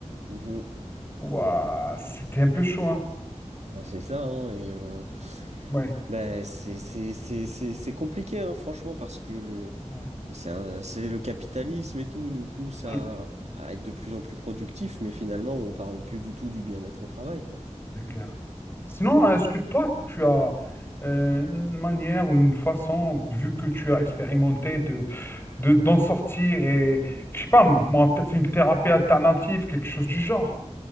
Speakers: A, on the right (about 65°); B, on the left (about 20°).
A: Mhm.
B: ouah, c'était un peu chaud, hein.
A: Ouais, c'est ça, hein, et euh,
B: Ouais.
A: ben, c'est c'est- c'est- c'est- c'est compliqué, hein, franchement, parce que le,
B: Ouais.
A: c'est un- c'est le capitalisme et tout nous pousse
B: Mm.
A: à, à être de plus en plus productifs, mais finalement, on parle plus du tout du bien-être au travail, quoi.
B: C'est clair. Sinon, est-ce que toi, tu as euh, une manière ou une façon, vu que tu as expérimenté, de, de- d'en sortir et, je sais pas, moi, peut-être une thérapie alternative, quelque chose du genre.